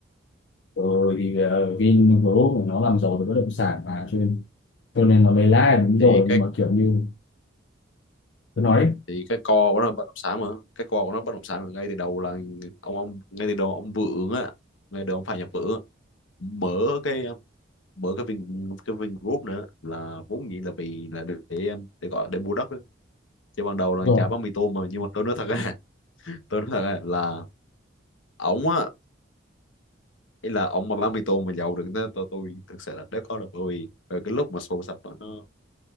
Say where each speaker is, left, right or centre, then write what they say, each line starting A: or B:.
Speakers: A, on the left (about 65°); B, on the left (about 80°).
A: ừ, thì uh, Vingroup nó làm giàu về bất động sản mà cho nên cho nên nó lấy lãi là đúng
B: thì
A: rồi nhưng
B: cái
A: mà kiểu như tôi nói đấy,
B: thì cái co của nó bất động sản mà cái co của nó bất động sản ngay từ đầu là ông ông ngay từ đầu ông Vượng á ngay từ đầu ông Phạm Nhật Vượng á, mở cái bởi cái Vin cái Vingroup nữa là vốn dĩ là vì là để để gọi để mua đất á. chứ ban đầu là
A: rồi
B: chả bán mì tôm mà nhưng mà tôi nói thật á <laughs> tôi nói thật á là ổng á ý là ổng mà bán mì tôm mà giàu được thế tôi tôi thực sự là đéo có được bởi vì bởi cái lúc mà sổ sập á, nó